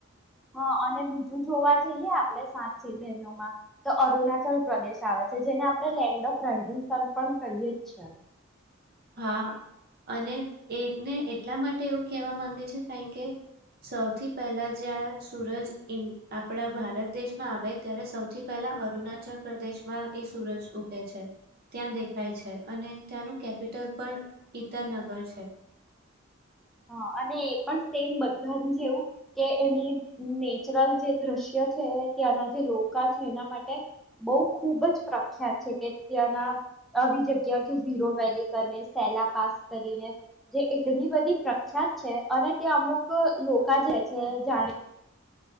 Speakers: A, in the centre; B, on the right (about 50°).
A: હા અને બીજું જોવા જઈએ આપણે સાત સિઝનોમાં તો અરુણાચલ પ્રદેશ આવે છે, જેને આપણે લેન્ડ ઓફ રાઈઝિંગ સન પણ કહીયે જ છે.
B: હા અને એને એટલા માટે એવું કેહેવા માંગે છે કારણ કે સૌથી પહેલા જ્યાં સૂરજ આપડા ભારત દેશમાં આવે ત્યારે સૌથી પહેલા અરુણાચલ પ્રદેશમાં એ સૂરજ ઉગે છે. ત્યાં દેખાય છે અને ત્યાંનું કે કેપિટલ પણ ઈતાંનગર છે.
A: હ અને એ પણ સેમ બધા જેવું કે એની નેચરલ જે દ્રશ્ય છે, ત્યાંના જે લોકા છે એના માટે બહ ખુબ જ પ્રખ્યાત છે કે ત્યાંના આવી જગ્યાઓ ઝીરો વેલી કરીને સેલા પાસ કરીને જે એટલી બધી પ્રખ્યાત છે અને તે્યા અમુક લોકા જે છે જાણે